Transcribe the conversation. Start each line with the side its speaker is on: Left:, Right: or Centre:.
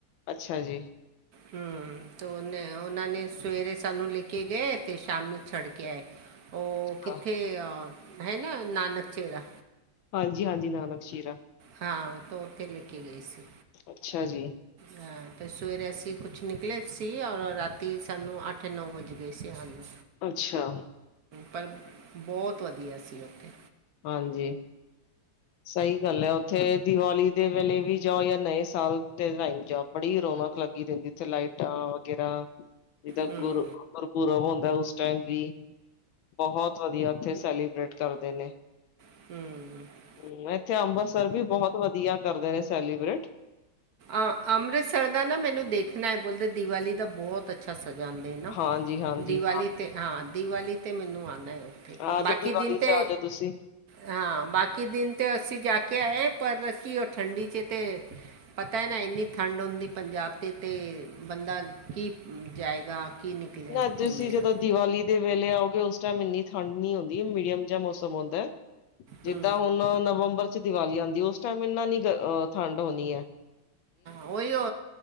Left: ਅੱਛਾ ਜੀ।
Right: ਹੂੰ। ਤੋ ਉਨੇ ਉਹਨਾਂ ਨੇ ਸਵੇਰੇ ਸਾਨੂੰ ਲੈ ਕੇ ਗਏ ਤੇ ਸ਼ਾਮ ਨੂੰ ਛੱਡ ਕੇ ਆਏ। ਉਹ ਕਿੱਥੇ
Left: ਹਾਂ
Right: ਆ ਹੈ ਨਾ ਨਾਨਕ ਚੀਰਾ
Left: ਹਾਂਜੀ-ਹਾਂਜੀ ਨਾਨਕ ਚੀਰਾ
Right: ਹਾਂ ਤਾਂ ਉਥੇ ਲੈ ਕੇ ਗਏ ਸੀ।
Left: ਅੱਛਾ ਜੀ।
Right: ਹਾਂ ਤੇ ਸਵੇਰੇ ਸੀ ਕੁਛ ਨਿਕਲੇ ਸੀ ਔਰ ਰਾਤੀ ਤੇ ਸਾਨੂੰ ਅੱਠ ਨੌਂ ਵੱਜ ਗਏ ਸੀ ਆਨ ਨੂੰ
Left: ਅੱਛਾ
Right: ਪਰ ਬਹੁਤ ਵਧੀਆ ਸੀ ਉਥੇ
Left: ਹਾਂਜੀ ਸਹੀ ਗੱਲ ਹੈ ਉਥੇ ਦੀਵਾਲੀ ਦੇ ਵੇਲੇ ਵੀ ਜਾਓ ਜਾਂ ਨਵੇਂ ਸਾਲ ਦੇ ਟਾਈਮ ਜਾਓ। ਬੜੀ ਰੌਣਕ ਲੱਗੀ ਰਹਿੰਦੀ। ਥੇ ਲਾਈਟਾਂ ਵਗੈਰਾ ਜਿੱਦਾਂ ਗੁਰ
Right: ਹੂੰ
Left: ਗੁਰਪੁਰਬ ਹੁੰਦਾ ਉਸ ਟੈਮ ਵੀ ਬਹੁਤ ਵਧੀਆ ਉਥੇ ਸੈਲੀਬ੍ਰੇਟ ਕਰਦੇ ਨੇ।
Right: ਹੂੰ
Left: ਹੂੰ ਇੱਥੇ ਅੰਬਰਸਰ ਵੀ ਬਹੁਤ ਵਧੀਆ ਕਰਦੇ ਨੇ ਸੈਲੀਬ੍ਰੇਟ
Right: ਆ ਅੰਮ੍ਰਿਤਸਰ ਦਾ ਨਾ ਮੈਨੂੰ ਦੇਖਣਾ ਹੈ ਬੋਲਦੇ ਦੀਵਾਲੀ ਦਾ ਬਹੁਤ ਬਹੁਤ ਅੱਛਾ ਸਜਾਂਦੇ ਨਾ
Left: ਹਾਂਜੀ-ਹਾਂਜੀ।
Right: ਦੀਵਾਲੀ ਤੇ ਹਾਂ ਦੀਵਾਲੀ ਤੇ ਮੈਨੂ ਆਣਾ ਏ।
Left: ਆ
Right: ਬਾਕੀ
Left: ਜਾਓ ਦੀਵਾਲੀ
Right: ਦਿਨ ਤੇ
Left: ਚ ਆ ਜਾਓ ਤੁਸੀਂ।
Right: ਹਾਂ ਬਾਕੀ ਦਿਨ ਤੇ ਅਸੀਂ ਜਾ ਕੇ ਆਏ ਪਰ ਕੀ ਉਹ ਠੰਡੀ 'ਚ ਤੇ ਪਤਾ ਹੈ ਨਾ ਇੰਨੀ ਠੰਡ ਹੁੰਦੀ ਪੰਜਾਬ ਤੇ-ਤੇ ਬੰਦਾ ਕੀ ਜਾਏਗਾ। ਕੀ ਨਿਕਲੇ
Left: ਨਾ ਤੁਸੀਂ
Right: ਘੁੰਮੇਗਾ
Left: ਜਦੋਂ ਦੀਵਾਲੀ ਦੇ ਵੇਲੇ ਆਓਗੇ ਉਸ ਟਾਈਮ ਇੰਨੀ ਠੰਡ ਨੀ ਆਉਂਦੀ ਮੀਡੀਅਮ ਜਿਹਾ ਮੌਸਮ ਹੁੰਦਾ। ਜਿੱਦਾਂ
Right: ਹੂੰ
Left: ਹੁਣ ਨਵੰਬਰ 'ਚ ਦੀਵਾਲੀ ਆਉਂਦੀ ਉਸ ਟਾਈਮ ਇੰਨਾ ਨੀ ਠੰਢ ਹੋਣੀ ਏ।
Right: ਉਹੀਓ